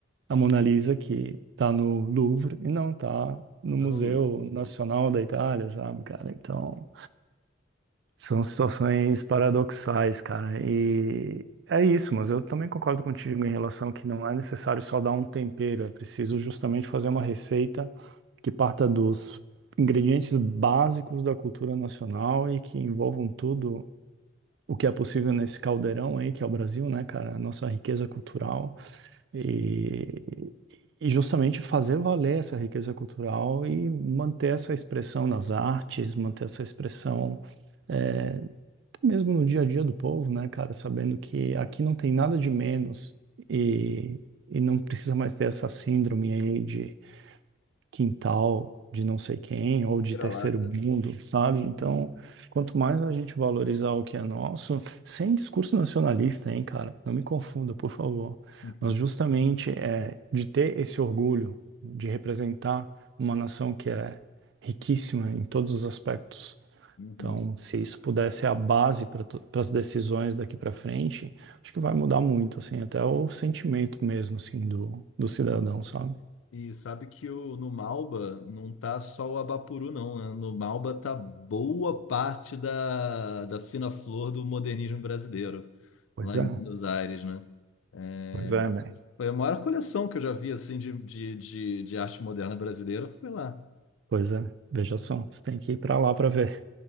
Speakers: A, on the right (about 60°); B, on the left (about 80°).
A: a Mona Lisa, que tá no Louvre e não tá no
B: Tá
A: Museu
B: no Louvre.
A: Nacional da Itália, sabe, cara? Então... São situações paradoxais, cara. E é isso, mas eu também concordo contigo em relação que não é necessário só dar um tempero, é preciso justamente fazer uma receita que parta dos ingredientes básicos da cultura nacional e que envolvam tudo o que é possível nesse caldeirão aí, que é o Brasil, né, cara? A nossa riqueza cultural. E, e justamente fazer valer essa riqueza cultural e manter essa expressão nas artes, manter essa expressão. eh, mesmo no dia a dia do povo, né, cara, sabendo que aqui não tem nada de menos e, e não precisa mais ter essa síndrome aí de quintal, de não sei quem, ou de
B: Vira-lata.
A: terceiro mundo, sabe? Então, quanto mais a gente valorizar o que é nosso, sem discurso nacionalista, hein, cara, não me confunda, por favor,
B: Uhum.
A: mas justamente é de ter esse orgulho de representar uma nação que é riquíssima em todos os aspectos
B: Uhum.
A: então, se isso puder ser a base para as decisões daqui para frente, acho que vai mudar muito, assim, até o sentimento mesmo, assim, do, do cidadão, sabe?
B: E sabe que o, no Malba não tá só o Abapuru, não, né? No Malba tá boa parte da, da fina flor do modernismo brasileiro,
A: Pois
B: lá
A: é,
B: em Buenos Aires, né? É,
A: pois é, bem.
B: foi a maior coleção que eu já vi, assim, de, de, de, de arte moderna brasileira, foi lá.
A: Pois é, veja só, você tem que ir para lá para ver.